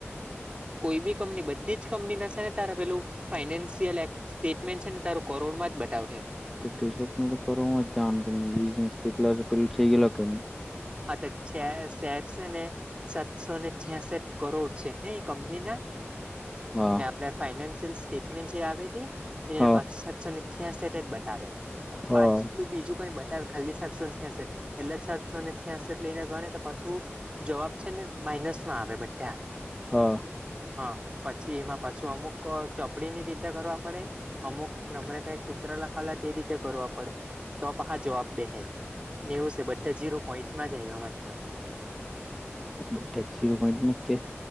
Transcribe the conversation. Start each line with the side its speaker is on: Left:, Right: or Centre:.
Right: કોઈ બી કંપની બધી જ કંપની ના છેને, તારા પેલું ફાઈનાન્શિયલ એક સ્ટેટમેન્ટ છે ને તારું કરોડ માં જ બતાવશે
Centre: તો ત્રીસ લખ ન તો કરવામાં જ જ બિનેસ એટલા પેલું થઈ ગયે કે ન
Right: હા તો શેરસ ને સાતસો ને છ્યાસઠ કરોડ છે, હ કંપની ના
Centre: હા
Right: ને આપણેે ફાઈનાન્શિયલ સ્ટેટમેન્ટ જે આવી હતી
Centre: હા
Right: એ પા સાતસો ની હ તે જ બતાવે
Centre: હા
Right: પાછલું બીજું કઈ ત ખાલી સાતસશે એલા છ. પ્યાટ લઈને ગણે પાછું જવાબ છેને, માઇનસ માં આવે બધા
Centre: હા
Right: હા પછી એમાં પાછું અમુક ચોપડીની રીતે કરવા પડે અમુક નમ્રતા સૂત્ર લખાવેલા તે રીતે કરવા પડે તો પ હા જવાબ બે હ ને એવું છે બધા ઝીરો પોઈન્ટ માં જ આવમાં તો
Centre: બુધે જીરો પોઈન્ટ મમાં જ કે